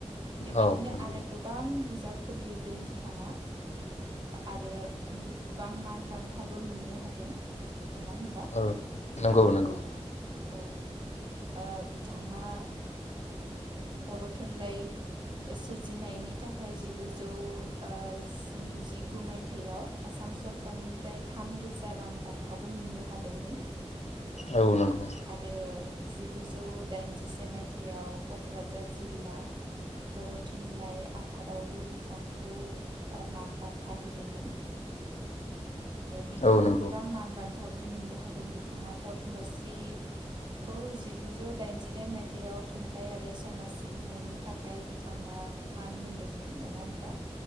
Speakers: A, on the right; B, on the left.
A: बेबायदिनो
B: औ नंगौ
A: आरो गोबां बिजाबफोर लिरदों बिथाङा आरो गोबां मान बान्थाबो मोननो हादों नङा होनबा
B: औ नंगौ नंगौ
A: औ औ। बिथाङा बर' थुनलाइ सोरजिनायनि थाखाय जिगुजौ स्नि जिगु मायथाइयाव आसाम सरकारनिफ्राय थाम रोजा रां बान्थाबो मोननो हादोंमोन
B: औ नंगौ
A: आरो जिगुजौ दाइनजिसे मायथाइयाव क'क्राझार जिल्ला बर' थुनलाइ आफादावबो बिथांखौ मान बान्था होदोंमोन बिदिनो
B: औ नंगौ
A: गोबां मान बान्थाबो मोननो हादों बिथाङा पदमश्रीखौ जिगुजौ दाइन जिदाइन मायथाइयाव थुनलाइ आरो समाज सिबिनायनि थाखाय बिथाङा मान मोनदोंमोन नङा होनबा